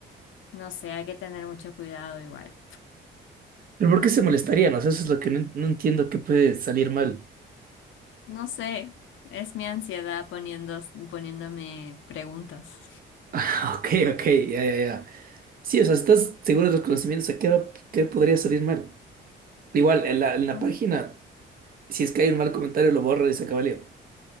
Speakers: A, on the left; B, on the right.
A: no sé, hay que tener mucho cuidado igual.
B: ¿Pero por qué se molestarían? O sea, eso es lo que no, no entiendo que puede salir mal. <laughs>
A: No sé, es mi ansiedad poniendo, poniéndome preguntas.
B: Ah, ok, ok, ya, ya, ya. Sí, o sea, estás seguro de los conocimientos, ¿a qué, va- qué podría salir mal? Igual, en la, en la
A: <laughs>
B: página, si es que hay un mal comentario, lo borra y se acaba el lío.